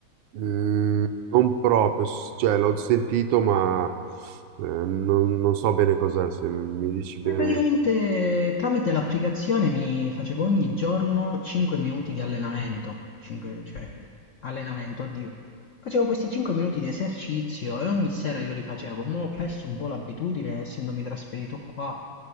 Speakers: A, on the right; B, on the left.
A: Mm, non proprio, s- cioè l'ho sentito, ma eh, non, non so bene cos'è, se mi dici bene.
B: Eh, Praticamente tramite l'applicazione mi facevo ogni giorno 5 minuti di allenamento, 5, cioè allenamento, oddio. Facevo questi 5 minuti di esercizio e ogni sera io li facevo. Mo' ho perso un po' l'abitudine, essendomi trasferito qua,